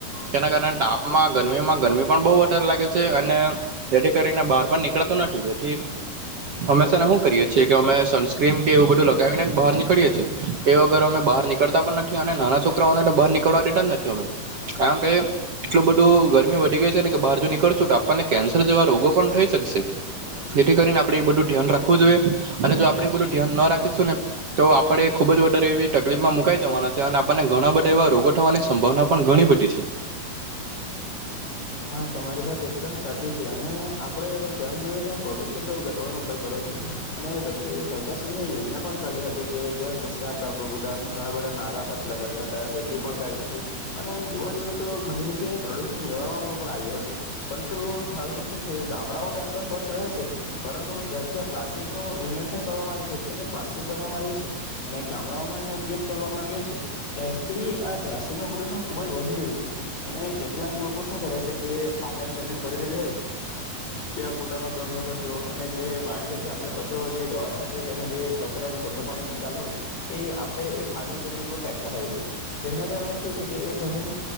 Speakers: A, on the right (about 45°); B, on the left (about 60°).
A: તેના કારણે તાપમાં ગરમીમાં ગરમી પણ બહ વધારે લાગે છે અને જેથી કરીને બહાર પણ નીકળ નથી હમેશાને શું કરીએ છીએ કે અમે સનસ્ક્રીન કે એવું બધું લગાવીને જ બહાર નીકળીએ છીએ તે વગર અમે બહાર નીકળતા પણ નથી અને નાના છોકરાઓને તો બહાર નીકળવા દેતા જ નથી અમે કારણ કે એટલું બધું ગરમી વધી ગઈ છે ને કે બહાર જો નીકળશું તો આપણને કેન્સર જેવા રોગો પણ થઈ શકશે જેથી કરીને આપણેે એ બધું ધ્યાન રાખવું જોઈએ અને જો આપણે એ બધું ધ્યાન ના રાખીશું ને તો આપણે ખુબ જ વારે એવી તકલીફમાં મુકાઈ જવાના છે અને આપણને ઘણા બધા એવા રોગો થવાની સંભાવના પણ ઘણી બધી છે
B: હા તમારી વાત એકદમ સાચી છે અને આપડે જેમ જોય તેમ પ્રદુષણ તો ઘટાડનો ઉપાય કરો જ છે અને વચ્ચે સરકાર યોજના પણ કરીા હતી કે જ્યાં ઘણા બધા નારા હાથ લગાવ્યા હતા રેલી પણ કાઢી હતી અને એમ જોવા જઈએ તો ઘણી જગ્યાએ પ્રદુષણ નિવાર પણ આવ્યું હતું પરંતુ હાલમાં શું છે ગામડાઓ ટ એમ તો સ્વચ્છ રહે છે પરંતુ જારથી આ પ્લાસ્ટિક નું ઇન્વેન્શન કરવામાં આવ્યું છે એટ કે પ્લાસ્ટિક બનાવામાં આવ્યું છે અને ગામડાઓમાં એનો ઉપયોગ આવ્યો છે ત્યારથી આ પ્લાસ્ટિક નું પ્રદુષણ ખુબ જ વધી ગયું છે અને કેટલાક લોકો શું કરે છે છે કે ફાજલ જમીન પડે રહેલી હોય ત્યાં પોતાનો ઘરનો કચરો અને જે વાડીએથી આપણે કચરો જે દવા છાંટીએ તેને જે કચરાનો ગંડુ પા નિકાલ હોય તે આપણે એ ફાજલ જમીન પર ફેંકતા હોય છે જેના કારણે શું છે કે એ જમીન